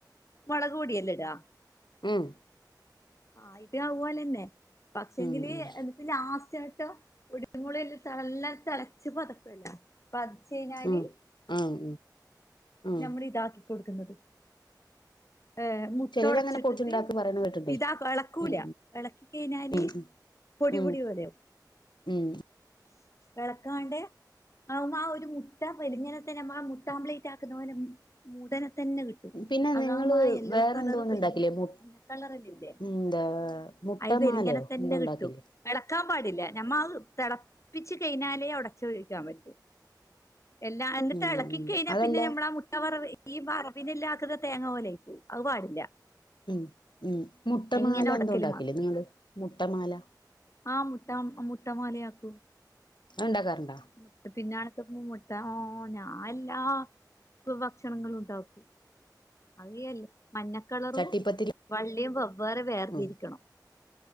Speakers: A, on the left; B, on the left.
A: മുളക് പൊടിയല്ലടാ
B: ഹും
A: ആയിട്ട് അതുപോലെ തന്നെ പക്ഷെ എങ്കില്
B: ഉം ഉം
A: ഇതി ലാസ്റ്റ് ആയിട്ട് ഒടി മുളൽ നല്ലാ തിളച്ച് പതക്കല്ലേ പതിച്ച് കഴിഞ്ഞാല്
B: ഉം ആഹ് ഉം
A: നമ്മൾ ഇതാക്കി കൊടുക്കുന്നത് ഏ മുട്ട
B: ചിലരങ്ങനെ
A: ഒടച്ചിട്ടിട്ട്
B: പൊടിച്ചുണ്ടാക്കി പറയണ കേട്ടിണ്ടേ
A: ഇതാ ഇളക്കൂല
B: ഉം
A: ഇളക്കി കഴിഞ്ഞാല്
B: ഉം ഉം
A: പൊടിപൊടി
B: ഉം
A: പോലെവും
B: ഉം
A: എളക്കാണ്ടേ ആ ആ ഒരു മുട്ട വലിങ്ങനെ തന്നെ നമ്മൾ ആ മുട്ട ആപ്ലേറ്റിക്കുന്ന പോലെ മൂടനെ തന്നെ കിട്ടും
B: പിന്നെ
A: അതാവുമ്പോ
B: നിങ്ങള്
A: ആ യെല്ലോ
B: വേറെ
A: കളറ്
B: എന്തോന്ന്
A: വല്യ
B: ഉണ്ടാക്കില്ലേ മു
A: മഞ്ഞ കളറല്ലില്ലേ
B: എന്താ മുട്ട
A: അത് വെലിങ്ങനെ
B: മാലയോ
A: തന്നെ
B: എന്തോ ഉണ്ടാക്കില്ലേ
A: കിട്ടും എളക്കാൻ പാടില്ല ഞമ്മ ആ തിളപ്പിച്ച് കഴിഞ്ഞാലേ ഒടച്ച് ഒഴിക്കാൻ പറ്റൂ എല്ലാ അന്റെ
B: ഉം
A: എളക്കി
B: ഉം
A: കഴിഞ്ഞാൽ
B: അതല്ല
A: പിന്നെ നമ്മള ആ മുട്ട വറവ് ഈ വറവിനല്ലാത്തത് തേങ്ങാ പോലെ ആയിപോവും അത് പാടില്ല.
B: ഉം ഉം മുട്ടമാല
A: അതിങ്ങനെ ഒടക്കല്
B: എന്തോ ഉണ്ടാക്കില്ലേ നിങ്ങൾ മുട്ടമാല
A: ആ മുട്ട മുട്ടമാലയാക്കൂം
B: അതുണ്ടാക്കാറുണ്ടാ
A: മുട്ട പിന്നെക്ക് മുട്ട ഞാൻ എല്ലാ ഭക്ഷണങ്ങളും ണ്ടാക്കും <unintelligible> മഞ്ഞക്കളറും
B: ചട്ടിപ്പത്തിരി
A: വള്ളിം വെവ്വേറെ വേർതിരിക്കണം.
B: ഉം